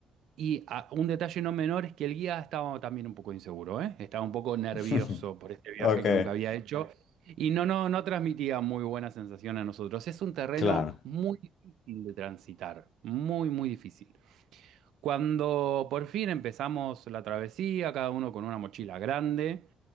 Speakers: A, on the right (about 75°); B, on the left (about 65°).
A: Y ah, un detalle no menor es que el guía estaba también un poco inseguro, ¿eh? Estaba un poco nervioso
B: <laughs>
A: por este viaje
B: Ok.
A: que nunca había hecho y no, no, no transmitía muy buena sensación a nosotros. Es un terreno
B: Claro,
A: muy difícil de transitar, muy, muy difícil. Cuando por fin empezamos la travesía, cada uno con una mochila grande,